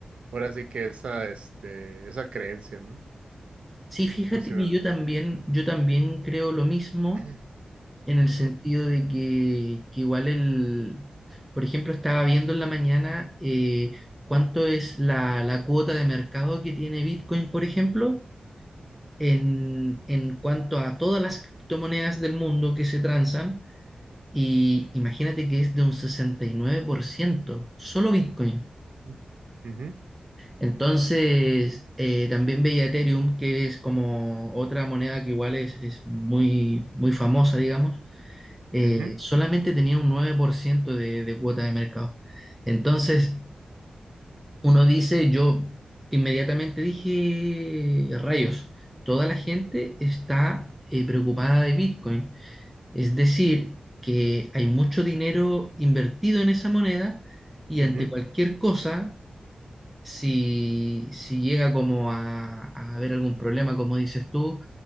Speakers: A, on the right (about 70°); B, in the centre.
A: ahora sí que esa, este, esa creencia, ¿no?
B: Sí, fíjate
A: Así
B: que
A: me da.
B: yo también, yo también creo lo mismo.
A: <clears throat>
B: en el
A: Ujú,
B: sentido de que, que igual el, por ejemplo, estaba viendo en la mañana eh, cuánto es la, la cuota de mercado que tiene Bitcoin, por ejemplo, en, en cuanto a todas las criptomonedas del mundo que se transan, y imagínate que es de un 69%, solo Bitcoin.
A: ujú, ujú,
B: Entonces, eh, también veía Ethereum, que es como otra moneda que igual es, es muy, muy famosa, digamos eh,
A: ujú.
B: solamente tenía un 9% de, de cuota de mercado. Entonces, uno dice, yo inmediatamente dije, rayos, toda la gente está eh, preocupada de Bitcoin. Es decir, que hay mucho dinero invertido en esa moneda y
A: Ujú,
B: ante cualquier cosa, si, si llega como a, a haber algún problema, como dices tú,